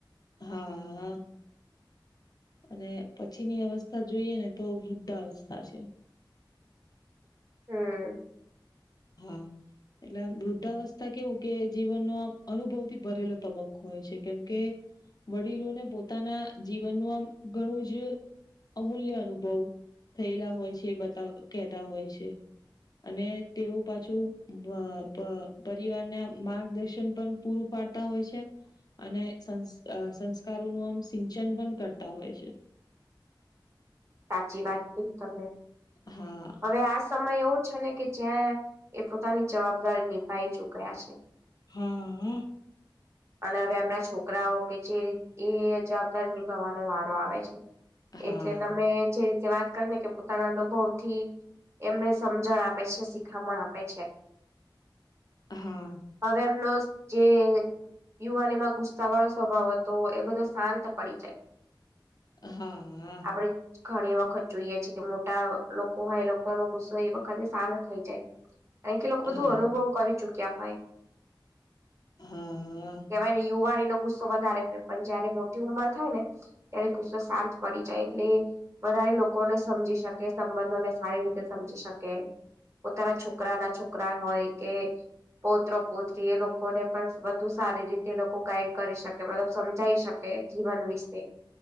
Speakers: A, on the left; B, on the right.
A: હા અને પછીની અવસ્થા જોઈએ ને તો વૃદ્ધાવસ્થા છે
B: હમ
A: હા એટલે આમ વૃદ્ધાવસ્થા કેવું કે જીવનનો આમ અનુભવ થી ભરેલો તબક્કો હોય છે કેમ કે વડીલોને પોતાના જીવનનું આમ ઘણું જ અમૂલ્ય અનુભવ થયેલા હોય છે એ બતા કહેતા હોય છે અને તેઓ પાછું પ પ પરિવાર ના માર્ગદર્શન પણ પૂરું પાડતા હોય છે અને સંસાર અ સંસ્કારોનું આમ સિંચન પણ કરતા હોય છે
B: સાચી વાત કરી તમે
A: હા
B: હવે આ સમય એવો છે ને કે જ્યાં એ પોતાની જ
A: હા
B: અને હવે એમના છોકરાઓ કે જે એ જવાબદારી નિભવાનો વારો આવે છે
A: હા
B: એટલે તમે જે રીતે વાત કરીને કે પોતાના અનુભવ થી એમને સમજણ આપે છે શીખામણ આપે છે
A: હા
B: હવે એમનો જે યુવાનમાં ગુસ્સા વાળો સ્વભાવ હતો એ બધો શાંત પડી જાય
A: હા હ.
B: આપડે ઘણી વખત જોઈએ છે કે મોટા હોય, લોકો નો ગુસ્સો એ વખતે શાત થઈ જાય, ક કે લોકો બધું
A: હા
B: અનુભવ કરી ચુક્યા.
A: હા
B: કેવાયને યુવા ર ગુસ્સો વધારે હોય, પણ જયારે મોટી ઉંમર થાય ને, ત્યારે ગુસ્સો શાંત પડી જાય, એટલે. વધારે લોકોને સમજી શકે, સંબંધોને સારી રીતે સમજી શકે. પોતાના છોકરા ના છોકરા હોય કે? પૌત્ર, પૌત્રી એ લોકોને પણ બધુ સારી રીતે લોકો ગાઈડ કરી શકે, મતલબ સમજાઈ શકે. જીવન વિશે.